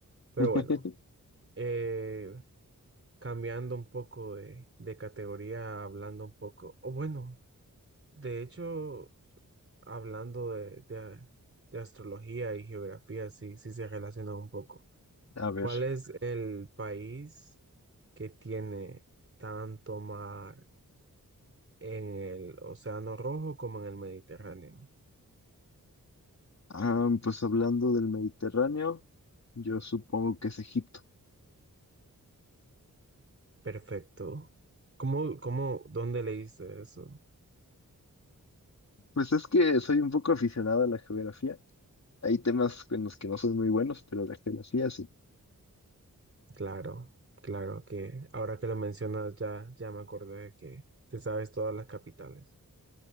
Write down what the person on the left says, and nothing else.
<laughs>
A ver.
Ah, pues hablando del Mediterráneo, yo supongo que es Egipto.
Pues es que soy un poco aficionado a la geografía. Hay temas en los que no soy muy buenos, pero la geografía sí.